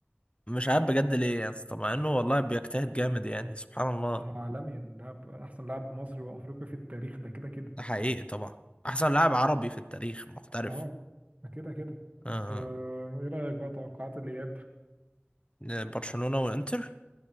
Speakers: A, on the left; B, on the right.
A: مش عارف بجد ليه يا اسطى مع انه والله بيجتهد جامد يعني سبحان الله
B: هو عالمي لاعب احسن لاعب مصري وافريقي في التاريخ ده كده كده
A: ده حقيقي طبعا احسن لاعب عربي في التاريخ محترف
B: اه ده كده كده
A: آه.
B: انت ايه رايك بقى توقعات الاياب
A: آه، برشلونة والانتر